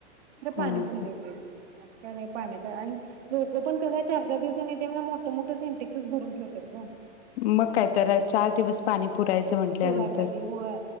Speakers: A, on the right (about 65°); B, on the left (about 55°).
A: ईकड
B: हा
A: पाणी फुल्ल येतयच आज का नाही पाण्याचा आणि लोकं पण तस चार पाच दिवसांनी येतय म्हणून मोठं मोठे सिंटेक्सच भरून ठेवतात ग
B: मग काय तर चार दिवस पाणी
A: होय
B: पुरायचं म्हटल्यानंतर
A: पुराय पाहिजे होय